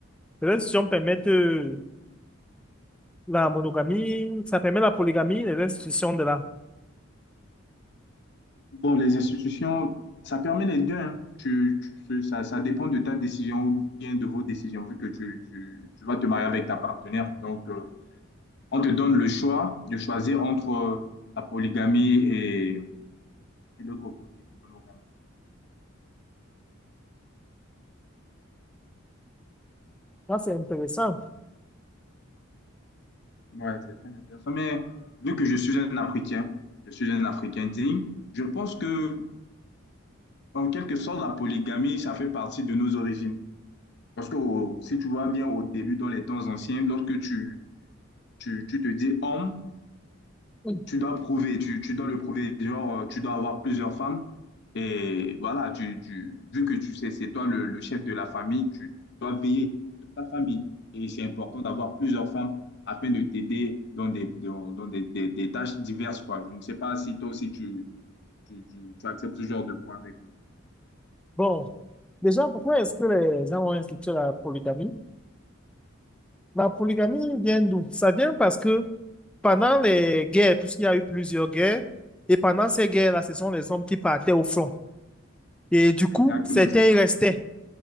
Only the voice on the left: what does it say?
Bon, les institutions, ça permet les deux. hein. Tu, tu- ça, ça dépend de ta décision ou bien de vos décisions, vu que tu, tu- tu vas te marier avec ta partenaire. Donc, euh, on te donne le choix de choisir entre euh, la polygamie et, et l'autre côté, monogamie.
Ouais, c'est très intéressant. Mais vu que je suis un Africain, je suis un Africain digne, je pense que, en quelque sorte, la polygamie, ça fait partie de nos origines. Parce que au- si tu vois bien au début, dans les temps anciens, lorsque tu, tu, tu te dis homme,
tu dois prouver, tu, tu dois le prouver, genre, euh, tu dois avoir plusieurs femmes. Et voilà, tu, tu, vu que tu sais, c'est toi le, le chef de la famille, tu dois veiller sur ta famille. Et c'est important d'avoir plusieurs femmes afin de t'aider dans des, dans, dans des, des, des tâches diverses, quoi. Je ne sais pas si toi aussi tu, tu, tu, tu acceptes ce genre de point avec moi.
Exactement,
c'est ça.